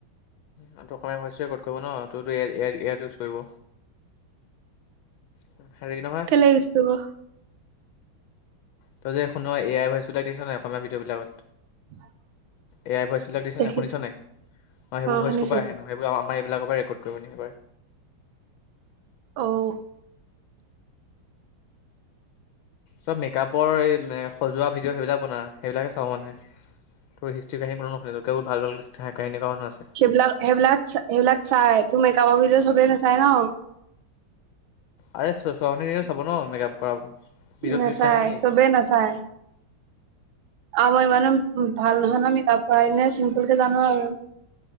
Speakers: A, on the left; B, on the right.
A: তাতটো অসমীয়া ভইচ ৰেকৰ্ড কৰিব ন' তোৰটো এয়াত-এয়াত ইউজ কৰিব। <unintelligible> নহয়
B: কেলে ইউজ কৰিব?
A: তই যে শুন, এ আই ভইছবিলাক দিছা নাই অসমীয়া ভিডিঅ'বিলাকত।
B: <unintelligible>
A: এ আই ভইচবিলাক দিছে
B: দেখিছো
A: নে শুনিছ নাই, মই সেইবোৰ
B: অ
A: ভইচ
B: শুনিছো
A: ক'ৰ পৰা আহেনো সেইবোৰ আ আমাৰ এইবিলাকৰ পৰা ৰেকৰ্ড কৰি নি কৰে।
B: <unintelligible> অহ।
A: চব মেকআপৰ এই সজোৱা ভিডিঅ' সেইবিলাক বনা সেইবিলাকে চাব মানুহে। তোৰ হিষ্ট্ৰি কাহিনী নুশুনে তোতকে বহুত ভাল-ভাল কাহিনী কোৱা মানুহ আছে
B: সেইবিলাক, সেইবিলাক, সেইবিলাক চাই তোৰ মেকাপৰ ভিডিঅ' চবেই নাচায় ন।
A: আৰে চ-চ-ছোৱালীয়ে চাব ন' মেকআপ কৰা। ভিডিঅ'ত
B: নাচায়,
A: ভিউজ নাহে নেকি
B: চবেই নাচায়। আৰু মই ইমানো ভাল নহয় ন' মেকআপ কৰা, এনেই চিম্পুল কে জানোঁ আৰু।